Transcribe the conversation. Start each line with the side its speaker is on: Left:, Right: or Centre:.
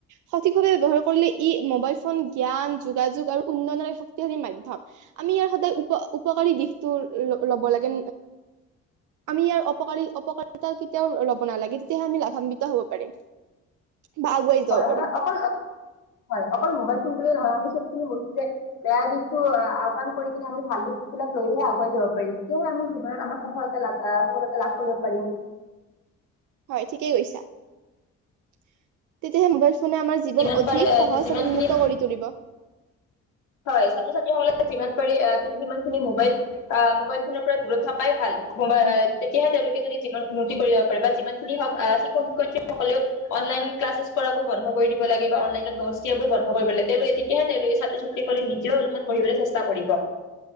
Right: সঠিকভাৱে ব্যৱহাৰ কৰিলে ই মোবাইল ফোন জ্ঞান যোগাযোগ আৰু উন্নয়নৰ এক শক্তিশালী মাধ্যম। আমি ইয়াৰ সদায় উপ উপকাৰী দিশতটো ল'ব লাগে আমি ইয়াৰ অপকাৰী অপকাৰিতা কেতিয়াও লব নালাগে। তেতিয়াহে আম লাভান্বিত হ'ব পাৰিম। বা আগুৱাই
Left: হয়,
Right: যাব
Left: সদায়
Right: পাৰিম
Left: অকল অ হয় অকল মোবাইল ফোন বুলি নহয়, আমি সবখিনি বস্তুৰে বেয়া দিশতটো আওকাণ কৰি কিনে আমি ভাল দিশ বিলাক লৈহে আগুৱাই যাব পাৰিম। তেতিয়াহে আমি জীৱনত আমাৰ সফলতা লা আহ সফলতা লাভ কৰিব পাৰিম।
Right: হয় ঠিকেই কৈছা। তেতিয়াহে মোবাইল নে আমাৰ জীৱন
Left: যিমান
Right: অধিক
Left: পাৰে
Right: সহজ
Left: যিমানখিনি
Right: আৰু উন্নত কৰি তুলিব।
Left: হয় ছাত্ৰ ছাত্ৰীসকলে যিমান পাৰি সিমান খিনি মোবাইল আহ মোবাইল ফোনৰ পৰা দূৰত থকাই ভাল তেতিয়াহে তেওঁলোকে যদি যিমান উন্নতি কৰিব পাৰে বা যিমানখিনি হওক আহ শিক্ষক শিক্ষয়্ৰীসকলেও অনলাইন ক্লাছেছ কৰাবোৰ বন্ধ কৰি দিব লাগে বা অনলাইনত নস্তিয়াবোৰ বন্ধ কৰিব লাগে তেতিয়ে তেওঁলোকে ছাত্ৰ ছাত্ৰী। স কলে নিজেও অলপমান পঢ়িবলৈ চেষ্টা কৰিব।